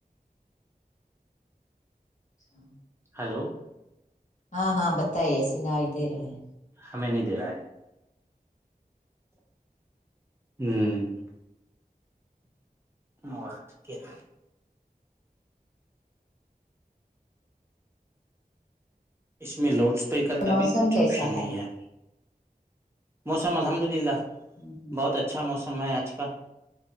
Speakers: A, on the left; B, on the right.
A: اچھا
B: ہلو
A: ہاں ہاں بت ت یہ سن ہی دے رہا ہے
B: ہمیں نہیں دے رہا ہے ہ ہق کیا اس میں لوڈس اسپیکر کا
A: موسم
B: بھی کچھ
A: کیسا
B: آپشن نہیں ہے موسام الحمد للہ
A: ہوں
B: بہت اچھا موسم سما آج کال